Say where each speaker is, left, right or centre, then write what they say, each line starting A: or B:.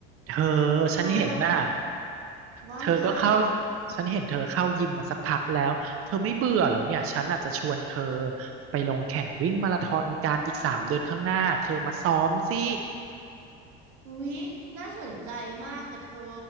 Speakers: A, on the right; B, on the right.
A: เธอ
B: เธอ
A: ฉันเห็นน่ะ
B: ว่าไง
A: เธอก็เข้าฉันเห็นเธอเข้ายิมมาสักพักแล้วเธอไม่เบื่อเหรอเนี่ยฉันอาจจะชวนเธอไปลงแข่งวิ่งมาราธอนการอีกสามเดือนข้างหน้าเธอมาซ้อมสิ
B: อุ๊ยน่าสนใจมากกับเธอ